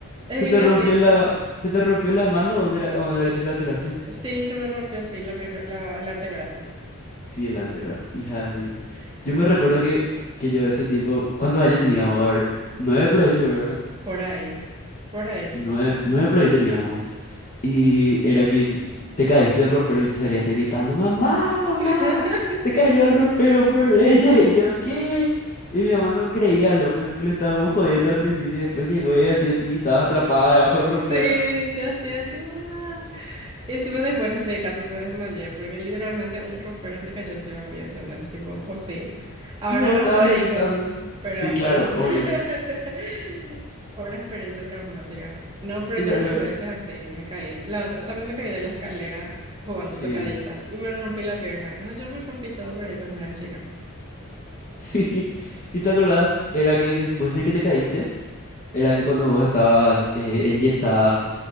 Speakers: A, on the right (about 25°); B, on the left (about 35°).
A: que
B: Se te
A: yo
B: rompió
A: sí.
B: la, se te rompió la mano, ¿dónde era, dónde era que te fracturaste?
A: Sí, se me rompió así la primer- la, el antebrazo.
B: Sí, el antebrazo, hija de mil. Yo
A: No,
B: me recuerdo que, que yo ese tiempo, ¿cuántos años teníamos? A ver, nueve por ahí seguro, ¿verdad?
A: por ahí. Por ahí.
B: Sí, nueve, nueve por ahí teníamos. Y era que yo- te caíste del ropero y yo salía así gritando, mamá, mamá,
A: <laughs>
B: se cayó el ropero por ella. <laughs> Y yo, ¿qué? Y mi mamá no creía, lo pensó que lo estábamos jodiendo al principio y después llegó y así así, estabas atrapada debajo del
A: Sí,
B: ropero.
A: yo sí ayuda. Y encima después, no sé, casi me desmayé, porque literalmente un ropero se cayó encima mío, ¿entendés? Tipo, fue así. Ahora
B: Pero vos
A: nos
B: estabas
A: reímos,
B: gritando.
A: pero
B: Sí,
A: fue,
B: claro,
A: un- <laughs>
B: obvio.
A: fue una experiencia traumática. No, pero
B: Claro,
A: yo mil veces así, me caí. La otra- también me caí de la escalera jugando
B: sí.
A: tocaditas y me rompí la pierna, ¿no? Yo me rompí todo por ahí cuando era chica.
B: Sí. <laughs> ¿Y te acordás? Era que después de que te caíste, era que cuando vos estabas eh, enyesada,